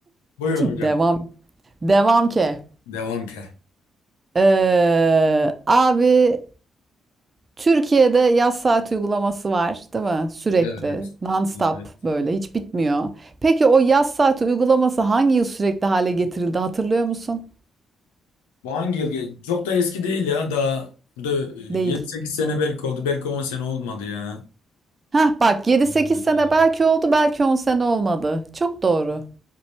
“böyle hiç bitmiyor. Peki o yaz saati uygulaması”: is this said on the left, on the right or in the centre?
Right